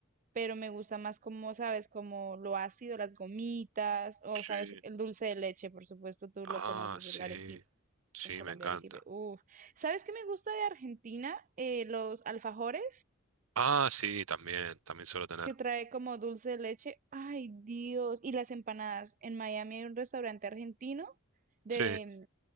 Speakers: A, on the right; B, on the right.
A: Pero me gusta más como, ¿sabes? Como lo ácido, las gomitas, o,
B: sí.
A: ¿sabes? El dulce de leche, por supuesto, tú
B: Ah,
A: lo conoces,
B: sí.
A: el arequipe.
B: Sí,
A: En Colombia,
B: me encanta.
A: arequipe. Uf. ¿Sabes qué me gusta de Argentina? Eh, los alfajores
B: Ah, sí, también, también suelo tener.
A: que trae como dulce de leche. Ay, Dios. Y las empanadas. En Miami hay un restaurante argentino, de,
B: Sí.